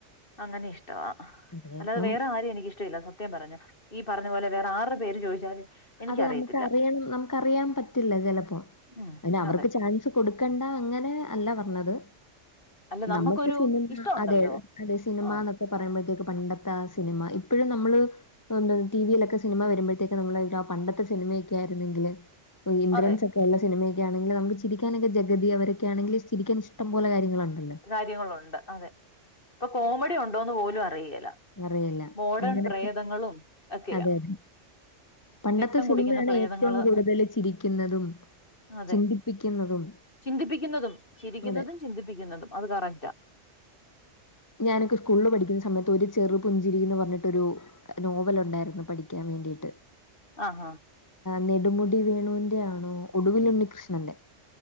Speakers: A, on the left (about 45°); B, on the left (about 20°).
A: അങ്ങനെ ഇഷ്ടവാ
B: അതെ
A: അല്ലാതെ
B: ഇപ്പം
A: വേറെ ആരം എനിക്ക് ല്ല സത്യം പറഞ്ഞ ഈ പറഞ്ഞ പോലെ വേറെ ആറ്ടെ പേര് ചോദിച്ചാലും എനിക്കറിയത്തില്ല
B: അതെ നമുക്ക്റിയണം നമുക്ക്റിയാൻ പറ്റില്ല ചെലപ്പോ
A: ഉം
B: അയിന് അവർക്ക്
A: അതെ
B: ചാൻസ് കൊടുക്കണ്ട അങ്ങനെ അല്ല പറഞ്ഞത്
A: അല്ല നമ്മുക്കൊരു
B: നമുക്ക് സിനിമ
A: ഇഷ്ടമുണ്ടല്ലോ
B: അതെ അതെ സിനിമ
A: ആ
B: ന്നൊക്കെ പറയുമ്പത്തേക്കും പണ്ടത്തെ ത്താ ആ സിനിമ ഇപ്പോഴും നമ്മള് ടി വിയിലൊക്കെ സിനിമ വരുമ്പഴത്തേക്കും നമ്മള് പണ്ടത്തെ സിനിമയൊക്കെ ആരുന്നെങ്കില് ഇന്ദ്രൻസ്
A: അതെ
B: ഒക്കെ ഉള്ള സിനിമയെ ക്കേ ഒക്കെണെങ്കിൽ നമുക്ക് ചിരിക്കാനൊക്കേ ജഗതി അവരൊക്കെണെങ്കിൽ ചിരിക്കാനൊക്കെ ഇഷ്ടം പോല കാര്യങ്ങളുണ്ടല്ലോ
A: കാര്യങ്ങളുണ്ട് അതെ ഇപ്പൊ കോമഡി ഉണ്ടോന്ന് പോലും അറിയില്ല
B: അറിയില്ല.
A: മോഡേൺ
B: അങ്ങനത്തെ
A: പ്രേതങ്ങളും ഒക്കെയാ
B: അതെ, അതെ. പണ്ടത്തെ
A: രക്തം
B: സിനിമയാണ്
A: കുടിക്കുന്ന പ്രേതങ്ങള്
B: ഏറ്റവും കൂടുതൽ ചിരിക്കുന്നതും
A: അതെ
B: ചിന്തിപ്പിക്കുന്നതും
A: ചിന്തിപ്പിക്കുന്നതും ചിരിക്കുന്നതും
B: അതെ.
A: ചിന്തിപ്പിക്കുന്നതും അത് കറക്റ്റാ
B: ഞാനൊക്ക സ്കൂളിൽ പഠിക്കുന്ന സമയത്ത് ഒരു ചെറു പുഞ്ചിരി എന്ന് പറഞ്ഞിട്ടൊരു നോവൽ ഉണ്ടായിരുന്നു പഠിക്കാൻ വേണ്ടിയിട്ട്
A: ആഹ് ആഹ്
B: നെടുമുടി വേണുവിന്റെ ആണോ ഒടുവിലുണ്ണി കൃഷ്ണന്റെ